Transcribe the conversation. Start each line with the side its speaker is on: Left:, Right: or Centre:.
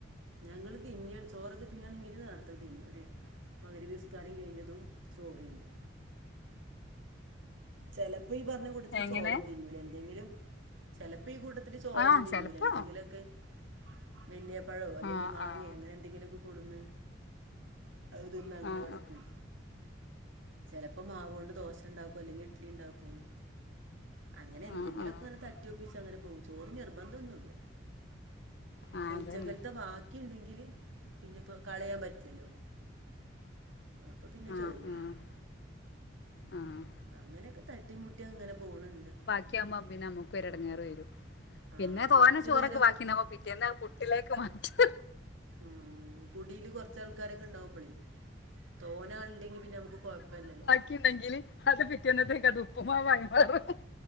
Right: ഞങ്ങള്തിന്നെയാണ് ചോറൊക്കെ തിന്നെയണെങ്കിലും നേരത്തെ തിന്നും ഒരു മഗ് രിബ് നിസ്കാരം കഴിഞ്ഞതും ചോറ് തിന്നും ചെലപ്പോ ഈ പറഞ്ഞ കൂട്ടത്തില്ചോറ്
Left: എങ്ങനെ
Right: ഒന്നും തിന്നൂല എന്തെങ്കിലും ചിലപ്പോ ഈ കൂട്ടത്തില് ചോറൊന്നും
Left: ആഹ്
Right: തിന്നുല
Left: ചെലപ്പോ
Right: എന്തെങ്കിലുമൊക്കെ വല്യ പഴോ അല്ലെങ്കിൽ
Left: ആഹ്
Right: മാങ്ങയോ
Left: ആഹ്
Right: അങ്ങനെ എന്തെങ്കിലൊക്കെ കൊട്ന്ന് അതിന്ന് അങ്ങനെ
Left: ആഹ്
Right: കെടക്കും
Left: ആഹ്
Right: ചെലപ്പോ മാവോണ്ട് ദോശ ഉണ്ടാക്കും അല്ലെങ്കിൽ ഇഡ്ലി ഉണ്ടാക്കും അങ്ങനെ എന്തെങ്കിലും
Left: ആഹ് ആഹ്
Right: ഒക്കെ അങ്ങനെ തട്ടിയോപ്പിച്ചു അങ്ങനെ പോകും ചോറ് നിർബന്ധം ഒന്നുമില്ല പക്ഷെ
Left: ആഹ് അതന്നെ
Right: ഉച്ചക്കാൽ അത് വാക്കിയുണ്ടെങ്കില് പിന്നിപ്പോ കളയാൻ പറ്റില്ലല്ലോ അപ്പൊ പിന്നെ
Left: ആഹ്
Right: ചോറ്തിന്നും
Left: ആഹ് ആഹ്
Right: അങ്ങനെയൊക്കെ തട്ടിമുട്ടി അങ്ങനെ പോണ ണ്ട്
Left: ഉച്ചയാകുമ്പോ പിന്നെ നമ്മുക്ക് ഒരു ഇടങ്ങേറ് വരും
Right: ആ
Left: പിന്നെ
Right: കുറച്ച്
Left: തോനെ ചോറൊക്കെ
Right: പേരൊക്കെ
Left: ബാക്കിണ്ടാകുബോ പിറ്റെന്നാ പുട്ടിലേക്ക് മാറ്റു
Right: ഉം കുടീല് കൊറച്ചാൾക്കാരൊക്കെ ഉണ്ടാവുമ്പോഴേ തോനെ ആളുണ്ടെല് പിന്നെ നമുക്ക് കൊഴപ്പല്ലല്ലോ
Left: ബാക്കിണ്ടെങ്കിൽ അത് പിറ്റേന്നത്തേക്ക് അത് ഉപ്പുമാവ് ആയി മാറും